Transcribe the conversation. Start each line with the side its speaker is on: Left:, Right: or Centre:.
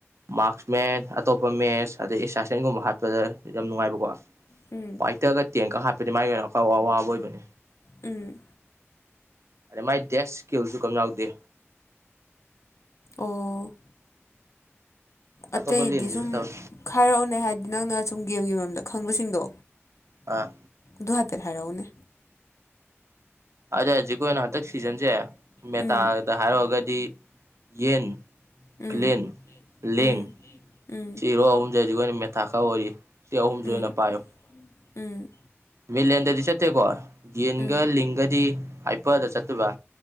Right: ꯃꯥꯔꯁ ꯃꯦꯟ ꯑꯇꯣꯞꯄ ꯃꯦꯠꯁ ꯑꯗꯩ ꯑꯦꯁꯥꯏꯁꯟꯒꯨꯝꯕ ꯍꯥꯠꯄꯗ ꯌꯥꯝ ꯅꯨꯡꯉꯥꯏꯕꯀꯣ
Left: ꯎꯝ
Right: ꯐꯥꯏꯇꯔꯒ ꯇꯦꯡꯀ ꯍꯥꯞꯄꯗꯤ ꯃꯥꯒꯤ ꯑꯣꯏꯅ ꯑꯋꯥꯕ ꯑꯣꯏꯕꯅꯦ
Left: ꯎꯝ
Right: ꯑꯗꯩ ꯃꯥꯏ ꯗꯦꯁ ꯁ꯭ꯀꯤꯜꯁꯨ ꯀꯝ ꯌꯥꯎꯗꯦ
Left: ꯑꯣ
Right: ꯑꯇꯣꯞꯄ
Left: ꯑꯇꯩꯗꯤ
Right: ꯂꯦꯟꯗꯤꯁꯨ
Left: ꯁꯨꯝ
Right: ꯇꯧꯋꯤ
Left: ꯈꯥꯏꯔꯛꯎꯅꯦ ꯍꯥꯏꯗꯤ ꯅꯪꯅ ꯁꯨꯝ ꯒꯦꯝꯒꯤ ꯃꯔꯝꯗ ꯈꯪꯕꯁꯤꯡꯗꯣ꯫
Right: ꯑꯥ
Left: ꯗꯨ ꯍꯥꯐꯠ ꯍꯥꯏꯔꯛꯎꯅꯦ
Right: ꯑꯗ ꯍꯧꯖꯤꯛ ꯑꯣꯏꯅ ꯍꯟꯗꯛ ꯁꯤꯖꯟꯁꯦ ꯃꯦꯇꯥ
Left: ꯎꯝ
Right: ꯗ ꯍꯥꯏꯔꯨꯔꯒꯗꯤ ꯌꯦꯟ
Left: ꯎꯝ
Right: ꯀ꯭ꯂꯤꯟ ꯂꯦꯡ
Left: ꯎꯝ ꯎꯝ
Right: ꯁꯤꯔꯣ ꯑꯍꯨꯝꯁꯦ ꯍꯧꯁꯤꯛ ꯑꯩꯈꯣꯏ ꯑꯣꯏꯅ ꯃꯦꯊꯥ ꯈꯔ ꯑꯣꯏꯔꯤ ꯁꯤ ꯑꯍꯨꯝꯁꯦ
Left: ꯎꯝ
Right: ꯑꯣꯏꯅ ꯄꯥꯏꯌꯣ꯫
Left: ꯎꯝ
Right: ꯃꯤꯂꯦꯟꯗꯗꯤ ꯆꯠꯇꯦꯀꯣ ꯌꯦꯟꯒ
Left: ꯎꯝ
Right: ꯂꯤꯡꯒꯗꯤ ꯍꯥꯏꯄꯗ ꯆꯠꯇꯕ꯭ꯔꯥ